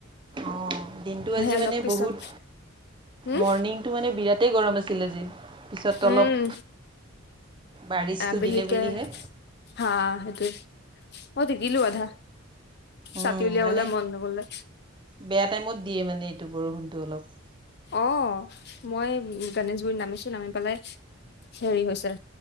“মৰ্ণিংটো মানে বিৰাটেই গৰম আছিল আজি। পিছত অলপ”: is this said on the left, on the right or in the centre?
Right